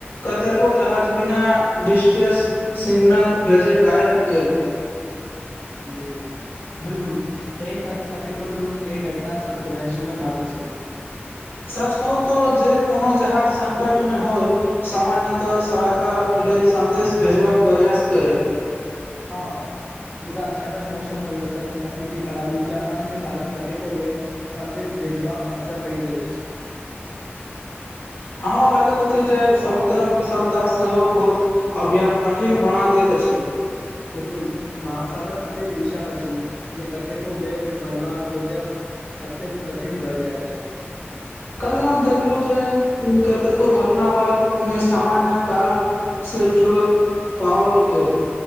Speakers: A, on the left; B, on the left.
A: कतेको जहाज बिना डिस्ट्रेस सिग्नल भेजय गायब गेल
B: हू बिलकुल एहि कार्य कतेको लोको एहि घटना सबके रहस्यमय मानैत छथिन
A: सच कहू तो जे कोनो जहाज संकट मे होय सामान्यतः सहायता लेल सन्देश भेजबाक प्रयास करै
B: हँ मुदा अचानक मौसम परिवर्तन तकनीकी खराबी या अन्य कारण कतेको बेर संदेश भेजबाक अवसर नहि देैते छै
A: हमरा लगैत अछि जे समुद्रक विशालता सेहो खोज अभियान कठिन बना दैत अछि
B: बिलकुल महासागर अतेक विशाल अछि जे कतेको बेर मलबा खोजब अत्यन् कठिन बइ जाय त अछि
A: कहलियी हम देखलहुँ जे कतेको घटना बाद मे सामान्य कारण से जुड़ल पाओल गेल